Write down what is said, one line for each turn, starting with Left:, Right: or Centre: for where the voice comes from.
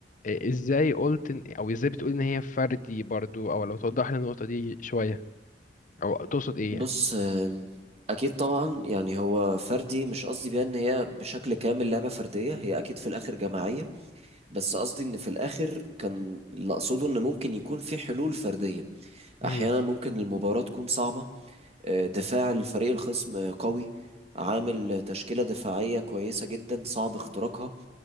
Left: آه، إزاي قلت إن- أو إزاي بتقول إن هي فردي برضو أو لو توضح لي النقطة دي شوية أو تقصد إيه
Right: بص
Left: يعني
Right: آم، أكيد طبعا يعني هو فردي مش قصدي بيها إن هي بشكل كامل لعبة فردية هي أكيد في الآخر جماعية بس قصدي ان في الاخر كان اللي اقصده ان ممكن يكون في حلول فرديه
Left: مم.
Right: احيانا ممكن المباراه تكون صعبه آه، دفاع الفريق الخصم آه، قوي عامل آه، تشكيله دفاعيه كويسه جدا صعب اختراقها